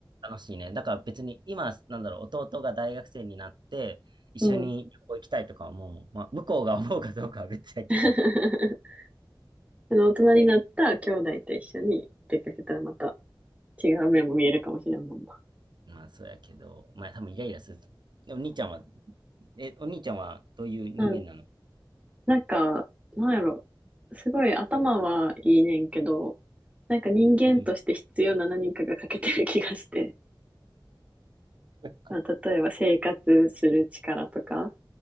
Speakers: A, on the right; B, on the right.
A: 楽しいね。だから別に今、なんだろう、弟が大学生になって、一緒に旅行行きたいとか思うもん。
B: うん。
A: まあ、向こうが思うかどうかは別やけど。
B: <laughs> その大人になった兄弟と一緒に出かけたらまた違う面も見えるかもしれんもんな。
A: まあ、そうやけど、まあ、多分イライラすると。で、お兄ちゃんは、え、お兄ちゃんはどういう人間なの
B: うん。なんか、なんやろ。すごい頭はいいねんけど、なんか人間として必要な何かが欠けてる気がして。
A: うん。
B: <laughs>
A: <laughs>
B: まあ、例えば生活する力とか。